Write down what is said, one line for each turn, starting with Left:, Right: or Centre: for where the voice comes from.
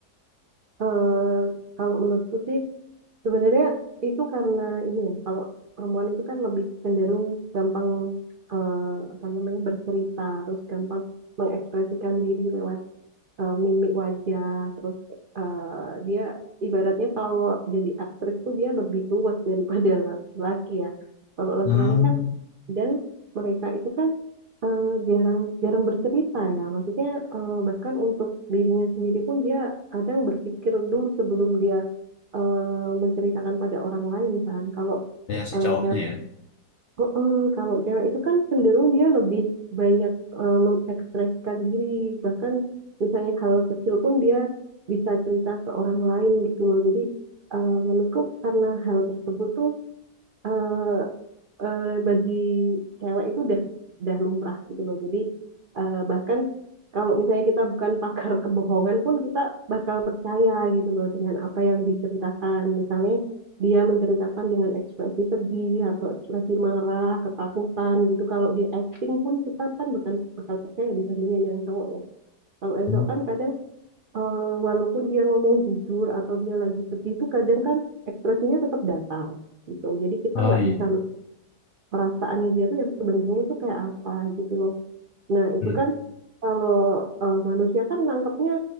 Right: Eh, kalau menurutku sih sebenarnya itu karena ini ya, kalau perempuan itu kan lebih cenderung gampang eh, apa namanya bercerita, terus gampang mengekspresikan diri lewat eh, mimik wajah terus eh, dia ibaratnya kalau jadi aktris tuh dia lebih luas daripada <laughs> laki-laki ya kalau laki-laki
Left: Hmm.
Right: kan dan mereka itu kan eh, jarang jarang bercerita ya maksudnya eh, bahkan untuk dirinya sendiri pun dia kadang berpikir dulu sebelum dia eh, menceritakan pada orang lain kan kalau
Left: Ya si
Right: eh,
Left: cowoknya
Right: cewek
Left: ya.
Right: mm kalau cewek itu kan cenderung dia lebih banyak eh, mengekspresikan diri, bahkan misalnya hal kecil pun dia bisa cerita ke orang lain gitu loh. Jadi eh, menurutku karena hal tersebut tuh eh, bagi cewek itu udah udah lumrah gitu loh. Jadi eh, bahkan kalau misalnya kita bukan <laughs> pakar kebohongan pun kita bakal percaya gitu loh dengan apa yang diceritakan. Misalnya dia menceritakan dengan ekspresi sedih atau ekspresi marah, ketakutan gitu. Kalau dia acting pun kita kan bukan bakal percaya dibandingin yang cowok ya. Kalau yang
Left: Hmm.
Right: cowok kan kadang eh, walaupun dia ngomong jujur atau dia lagi sedih itu kadang kan ekspresinya tetap datar gitu. Jadi kita
Left: Oh
Right: nggak
Left: iya.
Right: bisa perasaannya dia tuh yang sebenarnya itu kayak apa gitu loh. Nah, itu
Left: Menurut-
Right: kan kalau eh, manusia kan nangkepnya